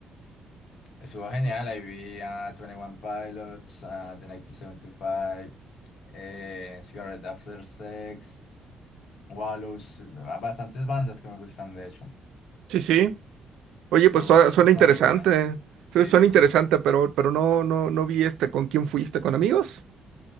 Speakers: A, on the left; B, on the right.
A: Estuvo genial, ahí vi a 21 Pilots, a The 1975, eh, Cigarette After Sex, Wallows, a bastantes bandas que me gustan, de hecho.
B: sí, sí. Oye,
A: Estuvo
B: pues su-
A: muy
B: suena interesante.
A: bueno. Sí,
B: Su- Suena
A: sí,
B: interesante,
A: sí.
B: pero, pero no, no, no vi este con quién fuiste, ¿con amigos?